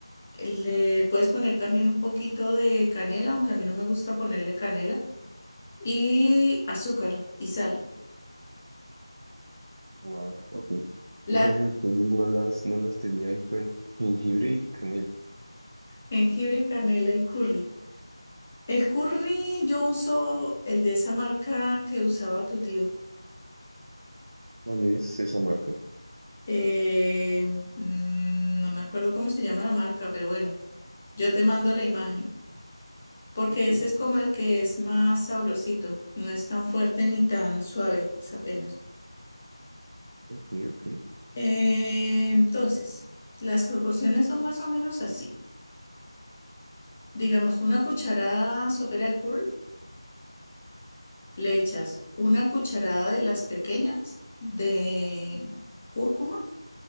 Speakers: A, on the left; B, on the right.
A: Le puedes poner también un poquito de canela, aunque a mí no me gusta ponerle canela, y azúcar y sal.
B: Wow. Ok.
A: La
B: Esas especies no las, no las tenía en cuenta. Jengibre y canela.
A: jengibre, canela y curry. El curry yo uso el de esa marca que usaba tu tío.
B: ¿Cuál es esa marca?
A: Eh, mm, no me acuerdo cómo se llama la marca, pero bueno, Yo te mando la imagen, porque
B: Ok,
A: ese es como el que es más sabrosito, no es tan fuerte ni tan suave, es apenas.
B: ok, ok.
A: Eh, entonces, las proporciones son más o menos así. Digamos, una cucharada sopera de curry, le echas una cucharada de las pequeñas de cúrcuma